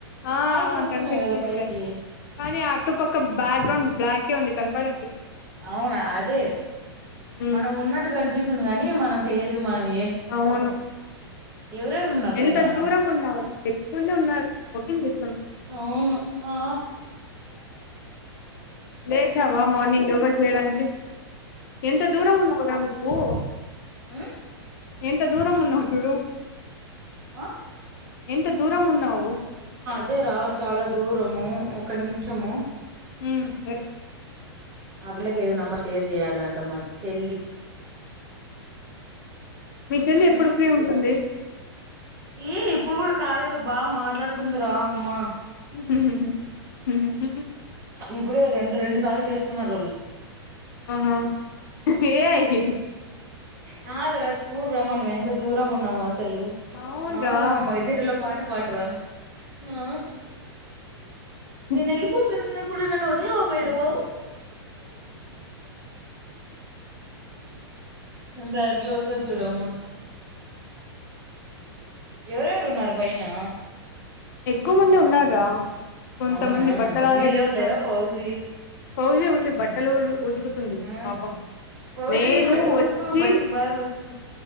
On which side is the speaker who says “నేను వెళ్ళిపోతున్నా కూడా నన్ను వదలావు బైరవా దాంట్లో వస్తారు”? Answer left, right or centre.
Right